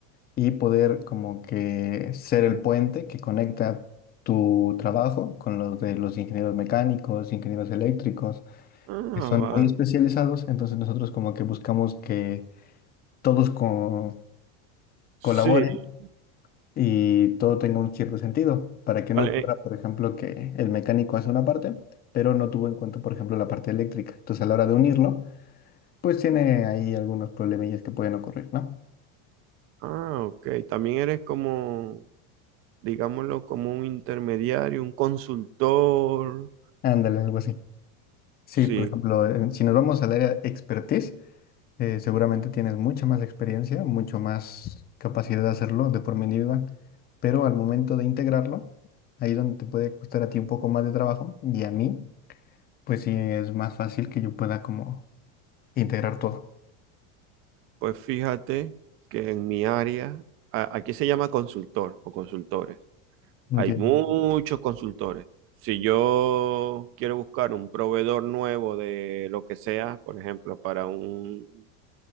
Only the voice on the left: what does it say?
y poder como que ser el puente que conecta tu trabajo con los de los ingenieros mecánicos, ingenieros eléctricos,
que son
muy especializados. Entonces nosotros como que buscamos que todos co-
colaboren y todo tenga un cierto sentido, para que
no ocurra, por ejemplo, que el mecánico hace una parte, pero no tuvo en cuenta, por ejemplo, la parte eléctrica. Entonces, a la hora de unirlo, pues tiene ahí algunos problemillas que pueden ocurrir, ¿no?
Ándale, algo así. Sí,
por ejemplo, en- si nos vamos al área expertise, eh, seguramente tienes mucha más experiencia, mucho más capacidad de hacerlo de forma individual, pero al momento de integrarlo, ahí donde te puede costar a ti un poco más de trabajo y a mí, pues sí es más fácil que yo pueda como integrar todo.
Entiendo,